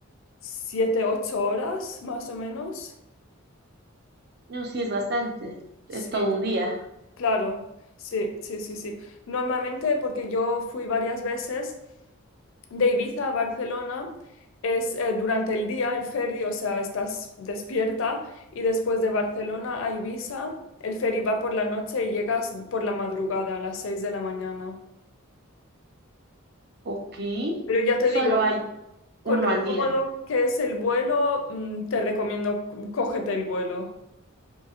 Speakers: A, on the left; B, on the right.
A: siete, ocho horas más o menos.
B: No, sí es bastante,
A: Sí,
B: es todo un día.
A: claro, sí, sí, sí, sí. Normalmente, porque yo fui varias veces de Ibiza a Barcelona, es eh, durante el día el ferry, o sea, estás despierta y después de Barcelona a Ibiza, el ferry va por la noche y llegas por la madrugada a las seis de la mañana.
B: Ok,
A: Pero ya te
B: solo
A: digo,
B: hay
A: Con
B: uno
A: lo
B: al día.
A: cómodo que es el vuelo, mm, te recomiendo c- cógete el vuelo.